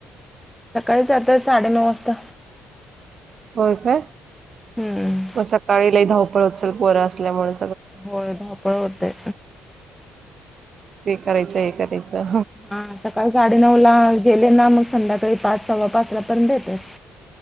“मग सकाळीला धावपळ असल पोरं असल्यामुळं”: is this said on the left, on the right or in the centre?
Right